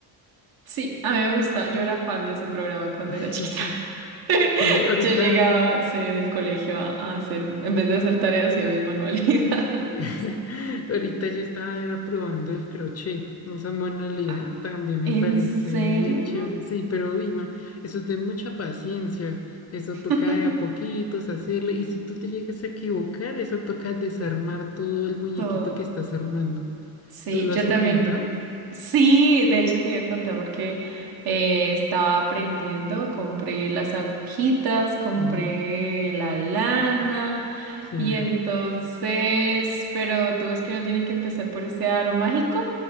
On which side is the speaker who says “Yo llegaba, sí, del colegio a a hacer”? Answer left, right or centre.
Right